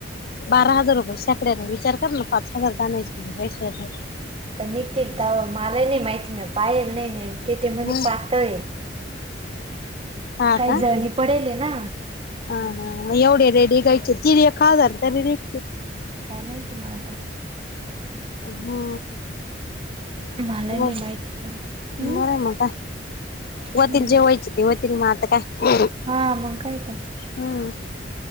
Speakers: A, on the left; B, on the right.
A: बारा हजार रुपये. शेकड्या ने विचार कर ना पाच हजार जााण्याचे कती पैशे झाले.
B: तर निघतील तर मलाही नाही माहित पाहिल नाही. तेच्या मध्ये
A: ह
B: पातळ
A: हा
B: काही
A: का
B: जळणी पडेल ना.
A: हा एवढे रेडी घायचे तिने एक आजार तरी निघते.
B: काय माहिती मग आता.
A: हो.
B: मला
A: हो
B: नाही माहिती पण
A: बर
B: हम्म
A: म आता होतील
B: हम्म
A: जे व्हायचे ते होतील. तिच म आता काय.
B: हा मं काय तर.
A: हम्